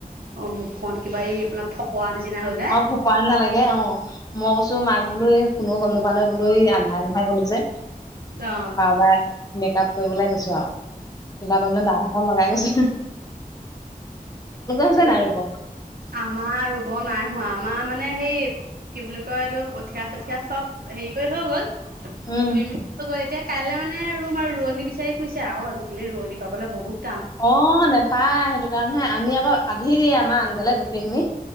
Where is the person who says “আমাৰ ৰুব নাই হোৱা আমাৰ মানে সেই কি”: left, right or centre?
Right